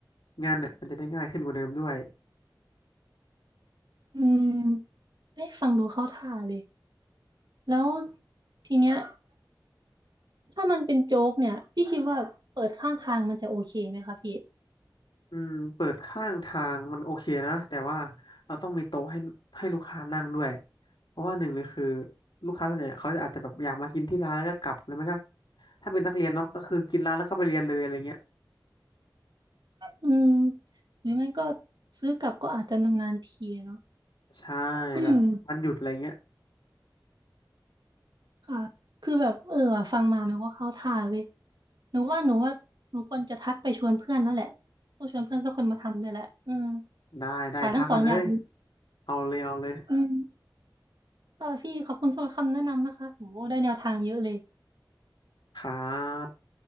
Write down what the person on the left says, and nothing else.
งานเนี่ยมันจะได้ง่ายขึ้นกว่าเดิมด้วย
อืมเปิดข้างทางมันโอเคนะแต่ว่าเราต้องมีโต๊ะให้ให้ลูกค้านั่งด้วยเพราะว่าหนึ่งเลยคือลูกค้าส่วนใหญ่เขาอาจจะแบบอยากมากินที่ร้านแล้วก็กลับแล้วไม่ก็ถ้าเป็นนักเรียนเนาะก็คือกินร้านแล้วก็ไปเรียนเลยอะไรเงี้ย
ใช่
แบบวันหยุดอะไรเงี้ย
ได้ได้ทักไปเลย
เอาเลยเอาเลย
ครับ